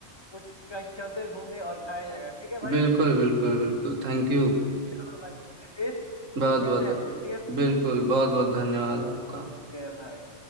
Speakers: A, on the left; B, on the right.
A: कुछ कहीं चलते हैं घूमने और खाया जाएगा ठीक है भाई
B: बिल्कुल बिल्कुल बिल्कुल थैंक यू
A: चलो भाई ठीक है फिर
B: बहुत
A: मिलते
B: बहुत
A: हैं फिर ठीक है
B: बिल्कुल बहुत बहुत धन्यवाद आपका
A: ओके भाई